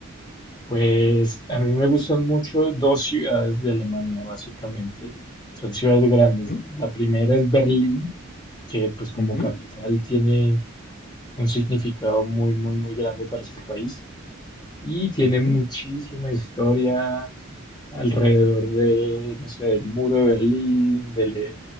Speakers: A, on the left; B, on the left.
A: Pues a mí me gustan mucho dos ciudades de Alemania, básicamente. Son ciudades grandes.
B: ¿Mm?
A: La primera es Berlín, que pues como
B: Ujú,
A: capital tiene un significado muy, muy, muy grande para este país. Y tiene
B: ujú.
A: muchísima historia alrededor de, no sé, del muro de Berlín, de la